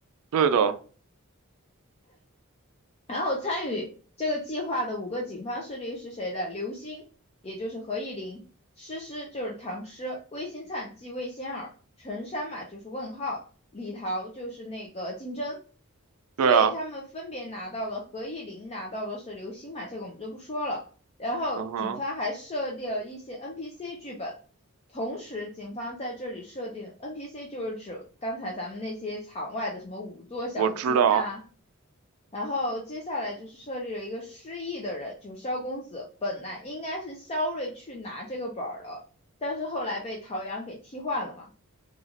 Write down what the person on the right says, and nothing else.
对的，
对啊，
嗯哼，
我知道